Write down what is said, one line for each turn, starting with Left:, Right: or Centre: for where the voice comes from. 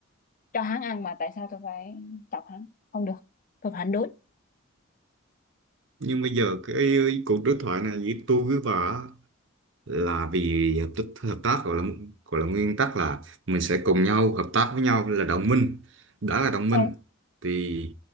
Left: cho hắn ăn mà tại sao tôi phải chọc hắn không được tôi phản đối
Right: nhưng bây giờ cái cuộc đối thoại này với tôi với bà là vì hợp tác, hợp tác gọi là gọi là nguyên tắc là mình sẽ cùng nhau hợp tác với nhau là đồng minh đã là
Left: Ôi,
Right: đồng minh thì